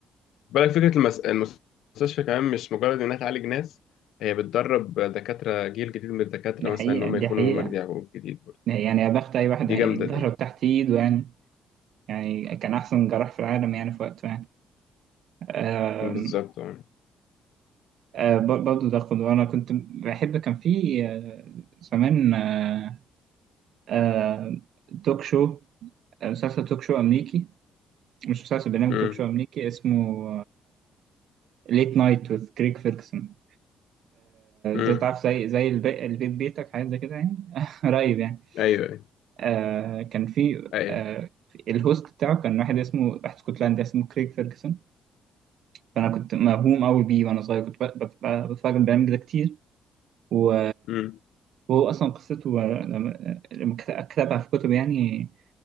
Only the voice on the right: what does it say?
دي حقيقة
دي
حقيقة
يعني يا بخت أي واحد
هيتضرب
تحت إيده يعني يعني كان أحسن جراح في العالم يعني في وقته يعني
آه، بر- برضه ده خد وانا كنت بحب كان في آه، زمان آه، آه، توك شو آه، مسلسل توك شو امريكي مش مسلسل برنامج
توك شو امريكي اسمه ليت نايت وذ كريك فيركسون
ده تعرف زي زي الب- البيت بيتك حاجات زي كده يعني <laughs> قريب يعني
آه، كان في
آه، في- الهوست بتاعه كان واحد اسمه واحد اسكتلندي اسمه كريك فيركسون فانا كنت مهووم قوي بيه وانا صغير كنت ب- ب- ب- بتفرج على البرنامج ده كتير و
وهو أصلا قصته لما لما كت- كتبها في كتب يعني